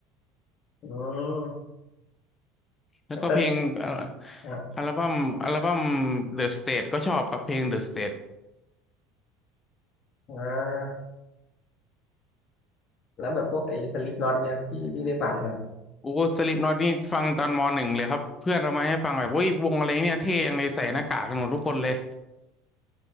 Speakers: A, on the left (about 45°); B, on the left (about 20°).
A: อืม
B: แล้วก็เพลงเอ่อ
A: แล้วก็ครับ
B: อัลบั้มอัลบั้ม The State ก็ชอบครับเพลง The State
A: อ่าแล้วแบบพวกไอ้สลิปน็อตเนี่ยครับพี่พี่ได้ฟังไหมครับ
B: โอ้สลิปน็อตนี่ฟังตอนมหนึ่งเลยครับเพื่อนเอามาให้ฟังแบบอุ้ยวงอะไรเนี่ยเท่ยังเลยใส่หน้ากากกันหมดทุกคนเลย